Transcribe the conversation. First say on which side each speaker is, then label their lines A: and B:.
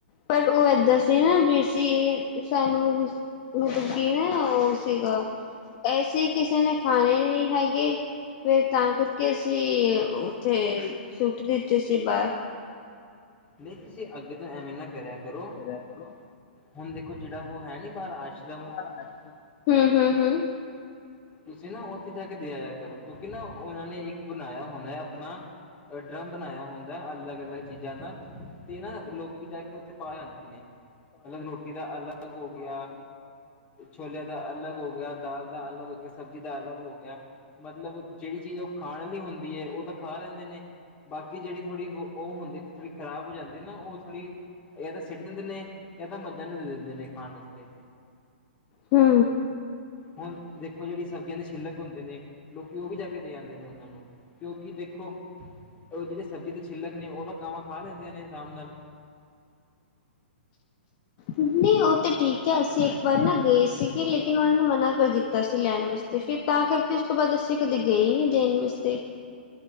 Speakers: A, on the left; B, on the left.
A: ਪਰ ਉਹ ਏਦਾਂ ਸੀ ਨਾ ਵੀ ਜੀ, ਸਾਨੂੰ ਮਤਲਬ ਕੀ ਨਾ ਉਹ ਸੀਗਾ ਐਸੀ, ਕਿਸੇ ਨੇ ਖਾਣੇ ਨਹੀਂ ਹੈਗੇ। ਫੇਰ, ਤਾਂ ਕਰਕੇ ਅਸੀਂ ਉੱਥੇ ਸੁੱਟ ਦਿੱਤੀ ਸੀ ਬਾਹਰ।
B: ਨਹੀਂ, ਤੁਸੀਂ ਅੱਗੇ ਤੋਂ ਐਵੇਂ ਇਨਾ ਕਰਿਆ ਕਰੋ
A: ਕਰੋ।
B: ਹੁਣ ਦੇਖੋ, ਜਿਹੜਾ ਉਹ ਹੈ ਨੀ ਬਾਹਰ ਆਸ਼ਰਮ
A: <inaudible> <unintelligible> ਹੂੰ, ਹੂੰ, ਹੂੰ।
B: ਤੁਸੀਂ ਨਾ ਉੱਥੇ ਜਾ ਕੇ ਦੇ ਆਇਆ ਕਰੋ, ਕਿਉਂਕਿ ਨਾ ਉਹਨਾਂ ਨੇ ਇੱਕ ਬਣਾਇਆ ਹੁੰਦਾ ਹੈ ਆਪਣਾ ਡਰੱਮ ਬਣਾਇਆ ਹੁੰਦਾ ਅਲੱਗ -ਅਲੱਗ ਚੀਜ਼ਾਂ ਦਾ ਤੇ ਨਾ ਲੋਕੀ ਜਾ ਕੇ ਉੱਥੇ ਪਾ ਜਾਂਦੇ ਨੇ। ਮਤਲਬ ਰੋਟੀ ਦਾ ਅਲੱਗ ਹੋ ਗਿਆ, ਛੋਲਿਆਂ ਦਾ ਅਲੱਗ ਹੋ ਗਿਆ ਦਾਲ ਦਾ ਅਲੱਗ ਹੋ ਗਿਆ, ਸਬ ਦਾ ਅਲੱਗ ਹੋ ਗਿਆ ਮਤਲਬ ਜਿਹੜੀ ਚੀਜ਼ ਉਹ ਖਾਣ ਆਲੀ ਹੁੰਦੀ ਹੈ ਉਹ ਤਾਂ ਖਾ ਲੈਂਦੇ ਨੇ ਬਾਕੀ ਜਿਹੜੀ ਥੋੜੀ ਉਹ ਹੁੰਦੀ, ਥੋੜੀ ਖਰਾਬ ਹੋ ਜਾਂਦੀ ਨਾ ਉਹ ਥੋੜੀ ਜਾਂ ਤਾਂ ਸਿੱਟ ਦਿੰਦੇ ਨੇ, ਜਾਂ ਤਾਂ ਮੱਝਾਂ ਨੂੰ ਦੇ ਦਿੰਦੇ ਨੇ ਖਾਣ ਵਾਸਤੇ।
A: ਹੂੰ।
B: ਹੁਣ ਦੇਖੋ, ਜਿਹੜੀ ਸਬਜ਼ੀਆਂ ਦੇ ਛਿੱਲਕ ਹੁੰਦੇ ਨੇ, ਲੋਕੀ ਉਹ ਵੀ ਜਾ ਕੇ ਦੇ ਆਉਂਦੇ ਨੇ ਉਹਨਾਂ ਨੂੰ। ਕਿਉਂਕਿ ਦੇਖੋ, ਉਹ ਜਿਹੜੇ ਸਬਜ਼ੀ ਦੇ ਛਿੱਲਕ ਨੇ ਉਹ ਤਾਂ ਗਾਵਾਂ ਖਾ ਲੈਂਦੀਆਂ ਨੇ ਆਰਾਮ ਨਾਲ
A: ਨਹੀਂ <unintelligible> ਉਹ ਤੇ ਠੀਕ ਹੈ ਅਸੀਂ ਪਰ ਨ ਗਏ ਸੀਗੇ ਲੇਕਿਨ ਉਹਨਾਂ ਨੇ ਮਨਾ ਕਰ ਦਿੱਤਾ ਸੀ ਲੈਣ ਵਾਸਤੇ ਫਿਰ ਤਾਂ ਕਰਕੇ ਉਸ ਤੋਂ ਬਾਅਦ, ਅਸੀਂ ਕਦੇ ਗਏ ਨੀ ਦੇਣ ਵਾਸਤੇ।